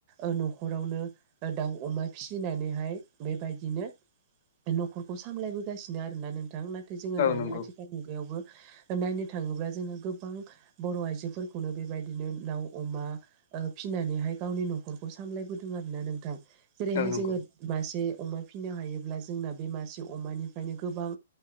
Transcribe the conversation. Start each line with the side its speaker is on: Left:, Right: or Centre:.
Right: ओ नख'रावनो ओ दाउ अमा फिसिनानैहाय बेबायदिनो नख'रखौ सामलायबोगासिनो आरोना नोंथां नाथाय जोङो
Left: औ
Right: दानि
Left: नंगौ
Right: आथिखाल मुगायावबो नायनो थाङोब्ला जोङो गोबां बर' आइजोफोरखौनो बेबायदिनो दाउ अमा फिनानैहाय गावनि न'खरखौ सामलायबोदों आर ना नोंथां जेरैहाय
Left: औ नंगौ
Right: जोङो मासे अमा फिसिनो हायोब्ला जोंना बे मासे अमानिफ्रायनो गोबां